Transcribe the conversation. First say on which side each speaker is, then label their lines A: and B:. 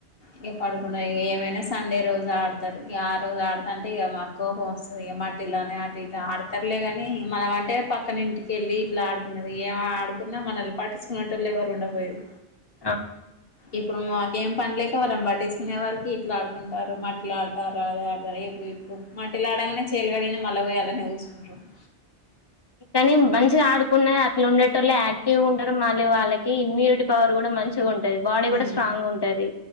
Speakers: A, on the left (about 55°); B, on the left (about 25°).
A: ఇక పడుకు ఏమైనా సండే రోజు ఆడతారు ఆ రోజు ఆడత అంటే ఇక మాక్కువస్తుంది వాటి ఇలానే అటు ఇటు ఆడతారులేగాని మనం అంటే పక్కన ఇంటికెళ్ళి ఇట్లా ఆడుకునేది ఏమ ఆడుకున్నా మనల్ని పట్టించుకునేటళ్ళు ఎవరు ఉండపోయది
B: ఆ
A: ఇప్పుడు మాకేం పనిలేక వాళ్ళని పట్టించుకునే సరికి ఇట్లా ఆడుకుంటారు మట్ మట్టిలడతారు రా ఆడతారు ఇప్పుడు మట్టిలులాడగానే చేలు కడిగిన మళ పోయి అలానే కూర్చుంటాన్లు
B: కానీ మంచిగా ఆడుకున్నా అట్లా ఉండేటోలు యాక్టివ్గా ఉంటారు మళ్ళీ వాళ్ళకి ఇమ్యూనిటీ పవర్ కూడా మంచిగా ఉంటది బాడీ కూడా
A: ఉమ్
B: స్ట్రాంగ్ ఉంటది